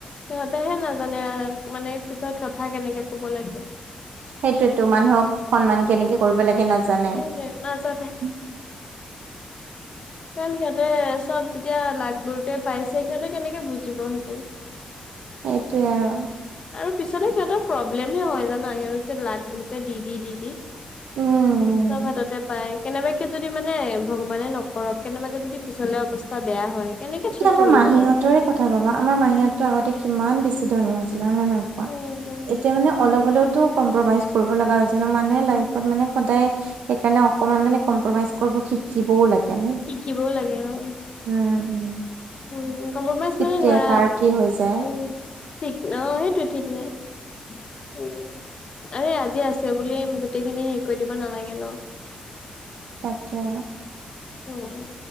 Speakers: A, on the left (about 40°); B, on the right (about 90°).
A: সিহঁতেহে নাজানে মানে পিছত কথা কেনেকে কব লাগে
B: সেইটোৱে টো মানুহক সন্মান কেনেকে কৰিব লাগে নাজানে
A: সেইটোৱে নাজানে।
B: <inaudible>
A: কাৰণ সিহঁতে চব যেতিয়া লাগবোৰুতে পাইছে সিহঁতে কেনেকে বুজিব সেইবোৰ
B: সেইটোৱে আৰু
A: আৰু পিছলে সিহঁতৰ প্ৰব্লেম হে হয় জানা সিহঁতক লাগ বোলোতে দি দি দি দি
B: উম।
A: চব হাততে পাই কেনেবা', কে যদি মানে ভগৱানে নকৰক কেনেবাকে যদি পিছলে অৱস্থা বেয়া হয়', কেনেকে
B: এতিয়া
A: চ', -চলিব
B: আমাৰ মাহীহঁতৰে
A: বাৰু',
B: কথা ভাবা, আমাৰ মাহীতো আগতে কিমান বেছি ধনী আছে', হয় নে নহয় কোৱা
A: উম উম
B: এতিয়া মানে অলপ হ'লেওতো কম্প্ৰমাইজ কৰিব লগা হৈছে ন মানুহে লাইফত মানে সদায় সেইকাৰণে অকমান মানে কম্প্ৰমাইজ কৰিব শিকিবও লাগে। ন
A: শিকিবও লাগে অ
B: উম', - উম',
A: উম', কম্প্ৰমাইজ
B: কেতিয়া
A: মানে ধৰা,
B: কাৰ কি হৈ যায়
A: উম', ঠিক অ', সেইটো ঠিক নাই উম', আৰে আজি আছে বুলি গোটেইখিনি হেৰি কৰি দিব নালাগে ন',
B: তাকে',
A: তুমি',